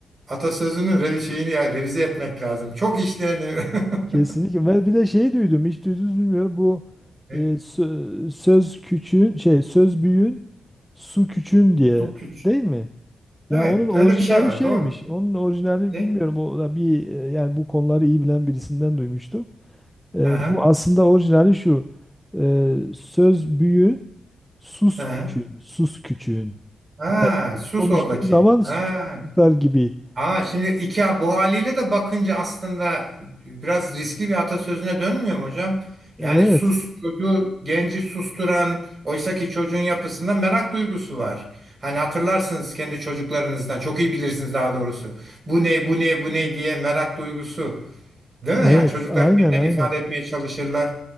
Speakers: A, on the right; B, in the centre.
A: atasözünün revi şeyini ya, revize etmek lazım. Çok işleyen <laughs>
B: Kesinlikle. Ve bir de şey duydum, hiç duydunuz bilmiyorum. Bu
A: E,
B: e, sö- söz küçüğün, şey söz büyüğün, su küçüğün diye
A: su küç.
B: değil mi?
A: Evet,
B: Ya onun orijinali
A: öyle bir şey var.
B: şeymiş.
A: Doğru.
B: Onun orijinali
A: Ne?
B: bilmiyorum. O da bir e, yani bu konuları iyi bilen birisinden duymuştum. E,
A: Aha,
B: bu aslında orijinali şu. E, söz büyüğün, sus
A: aha.
B: küçüğün, sus küçüğün.
A: Ha,
B: Yani büyük
A: sus
B: konuştuğu
A: oradaki.
B: zaman
A: Ha.
B: küçük tutar gibi.
A: Aa şimdi iki bu haliyle de bakınca aslında biraz riskli bir atasözüne dönmüyor mu hocam? Yani
B: Evet,
A: sus çocuğu genci susturan oysaki çocuğun yapısında merak duygusu var. Hani hatırlarsınız kendi çocuklarınızdan çok iyi bilirsiniz daha doğrusu. Bu ne bu ne bu ne diye merak duygusu değil
B: evet,
A: mi? Yani çocuklar
B: aynen
A: kendilerini
B: aynen.
A: ifade etmeye çalışırlar.